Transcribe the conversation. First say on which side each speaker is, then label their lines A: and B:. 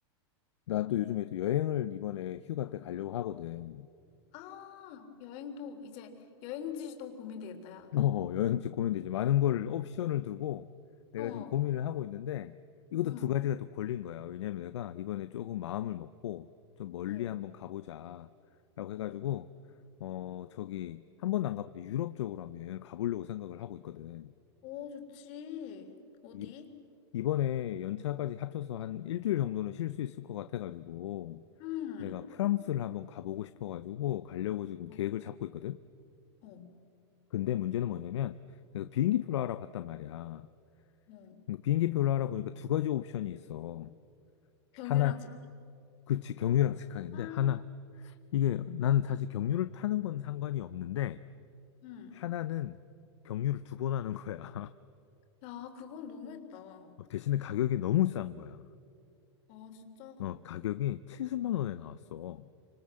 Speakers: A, on the left; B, on the left.
A: 나도 요즘에 또 여행을 이번에 휴가 때 가려고 하거든.
B: 아, 여행도, 이제 여행지도 고민되겠다, 야.
A: 어, 여행지 고민되지. 많은 걸 옵션을 두고 내가
B: 어,
A: 지금 고민을 하고 있는데, 이것도
B: 음,
A: 두 가지가 또 걸린 거야. 왜냐면 내가 이번에 조금 마음을 먹고 좀 멀리
B: 어,
A: 한번 가보자. 라고 해가지고,
B: 어.
A: 어, 저기, 한 번도 안 가봤는데 유럽 쪽으로 한번 여행을 가보려고 생각을 하고 있거든.
B: 오, 좋지. 어디?
A: 이, 이번에 연차까지 합쳐서 한 일주일 정도는 쉴 수 있을 것 같아가지고,
B: 음,
A: 내가 프랑스를 한번 가보고 싶어가지고 가려고 지금
B: 어,
A: 계획을 잡고 있거든.
B: 어,
A: 근데 문제는 뭐냐면 내가 비행기표를
B: 어,
A: 알아봤단 말이야.
B: 어.
A: 근데 비행기표를 알아보니까 두 가지 옵션이 있어.
B: 병이랑
A: 하나,
B: 직,
A: 그치, 경유랑 직항인데
B: 아,
A: 하나, 이게 나는 사실 경유를 타는 건 상관이 없는데
B: 음.
A: 하나는 경유를 두 번 하는 거야. <laughs>
B: 야, 그건 너무했다.
A: 대신에 가격이 너무 싼 거야.
B: 아, 진짜.
A: 어, 가격이 70만 원에 나왔어.